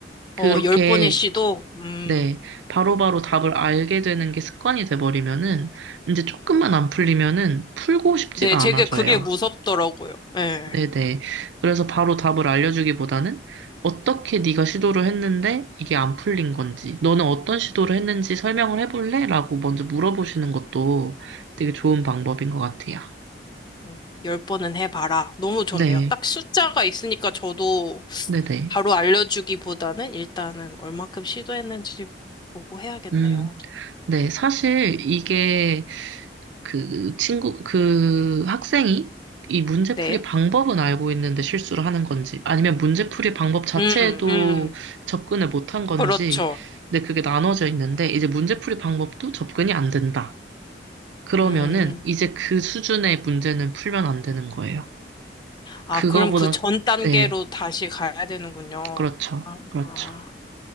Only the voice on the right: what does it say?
그렇게,
네, 바로바로 답을 알게 되는 게 습관이 돼버리면은, 이제 조금만 안 풀리면은 풀고 싶지가
않아져요.
네네. 그래서 바로 답을 알려주기보다는 어떻게 네가 시도를 했는데 이게 안 풀린 건지, 너는 어떤 시도를 했는지 설명을 해볼래? 라고 먼저 물어보시는 것도 되게 좋은 방법인 것 같아요.
네,
네네.
음, 네. 사실 이게 그 친구, 그 학생이 이 문제풀이
방법은 알고 있는데 실수를 하는 건지, 아니면 문제풀이 방법 자체에도
접근을 못한 건지,
근데 그게 나눠져 있는데, 이제 문제풀이 방법도 접근이 안 된다. 그러면은
이제 그 수준의 문제는 풀면 안 되는 거예요.
그거보다,
네,
그렇죠.
그렇죠.